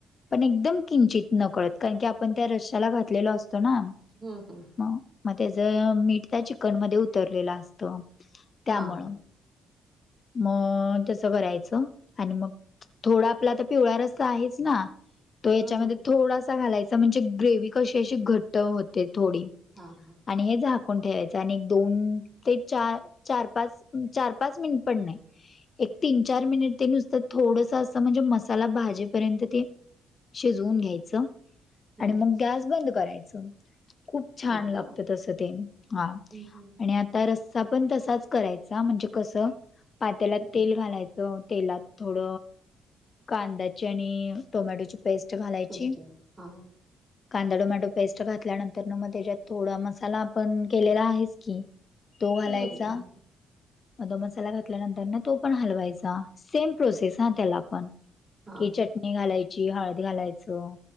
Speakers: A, on the left; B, on the right.
A: पण एकदम किंचित न कळत कारण की आपण त्या रश्याला घातलेलो असतो ना.
B: हम हम
A: म मग त्याच मीठ त्या चिकन मधे उतरलेलं असत त्यामुळं
B: हा हम्म
A: मग तस करायचं आणि मग थोडा आपला तर पिवळा रसा आहेच ना तो याच्यामध्ये
B: हम्म
A: थोडासा घालायचा म्हणजे ग्रेवी कशी अशी घट होते थोडी.
B: हां हां
A: आणि हे झाकून ठेवायचं आणि एक दोन ते चार चार पाच चार पाच मिनिट पन नाही एक तीन चार मिनिट ते नुसतात थोडस असं म्हणजे मसाला भाजेपर्यंत ते शिजवून घ्यायचं
B: हम्म
A: आणि मग गॅस बंद करायचं खूप छान
B: होय
A: लागत
B: का हम्म
A: तसं ते हा
B: हम्म हम्म
A: आणि आणि ता रस्सा पण तसाच करायचा म्हणजे कसं पात्याला
B: हम्म
A: तेल घालायच तेलात थोड कांद्याची आणि टोमॅटोची पेस्ट घालायची
B: बेस्ट आहे हा
A: कांदा टोमॅटो पेस्ट घातल्यानंतर ना मग त्याच्यात थोडा मसाला आपण केलेला आहेच की तो
B: हम्म
A: घालायचा.
B: आणखी
A: मध मसाला घातल्यानंतर ना तो पण हलवायचा सेम प्रोसेस हा त्याला पण
B: हा
A: की
B: हम्म
A: च चटणी घालायची हळद घालायचं